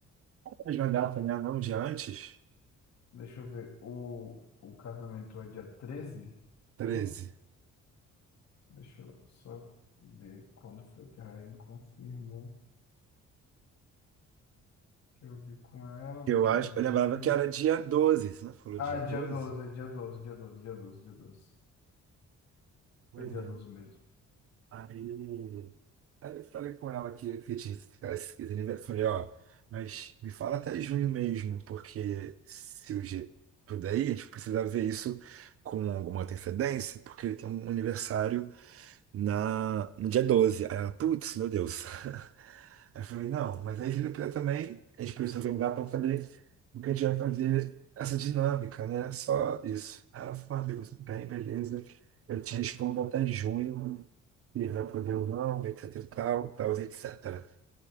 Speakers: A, on the right; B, on the left.
A: Mas uma data, né? Não, de antes?
B: Deixa eu ver. O, o casamento é dia treze
A: treze
B: ó deixa eu só ver quando foi que a Rainha confirmou que eu vi com ela naquele
A: Eu acho, eu
B: dia.
A: lembrava que era dia doze você não falou
B: Ah,
A: dia
B: é
A: doze
B: dia doze é dia doze, dia 12, dia 12, dia doze
A: Pois
B: É dia
A: é.
B: 12 mesmo.
A: Aí, aí eu falei com ela que, que tinha esse cara, esse aniversário. Eu Falei, ó, mas me fala até junho mesmo, porque se o G puder ir, a gente precisa ver isso com alguma antecedência, porque ele tem um aniversário na, no dia doze Aí ela, putz, meu Deus. <laughs> Aí eu falei, não, mas aí se ele puder também, a gente precisa organizar para fazer o que a gente vai fazer, essa dinâmica, né? Só isso. Aí ela falou, ah, amigo, tudo bem, beleza. Eu te respondo até junho, Irã pro não etc e tal, tal, etc.